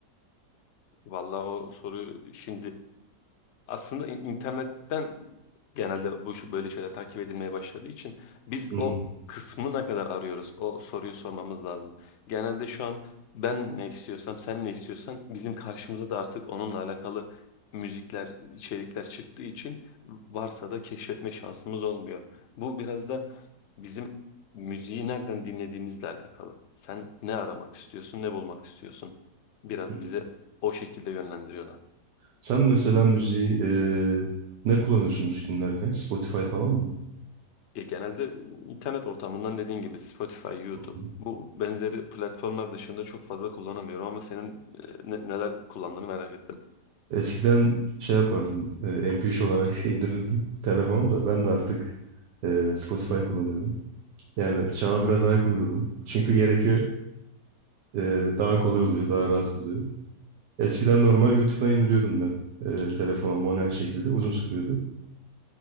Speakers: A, on the left (about 60°); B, on the right (about 80°).
A: vallahi o soruyu şimdi aslında in- internetten genelde bu şu- böyle şeyler takip edilmeye başladığı için biz
B: Hı hı.
A: o kısmı ne kadar arıyoruz? O soruyu sormamız lazım. Genelde şu an ben ne istiyorsam sen ne istiyorsan bizim karşımıza da artık onunla alakalı müzikler, içerikler çıktığı için varsa da keşfetme şansımız olmuyor. Bu biraz da bizim müziği nereden dinlediğimizle alakalı. Sen ne aramak istiyorsun, ne bulmak istiyorsun? Biraz
B: Hı hı.
A: bize o şekilde yönlendiriyorlar.
B: Sen mesela müziği eee, ne kullanıyorsun müzik dinlerken? Spotify falan mı?
A: Ya genelde internet ortamından dediğin gibi Spotify, YouTube
B: Hı hı.
A: bu benzeri platformlar dışında çok fazla kullanamıyorum ama senin e, ne- neler kullandığını merak ettim.
B: Eskiden şey yapardım. eee, MP3 olarak <laughs> indirirdim telefona da ben de artık eee, Spotify kullanıyorum. Yani çağa biraz ayak uydurdum. Çünkü gerekiyor. eee, daha kolay oluyor, daha rahat oluyor. Eskiden normal YouTube'dan indiriyordum ben eee, telefona manuel şekilde. Uzun sürüyordu.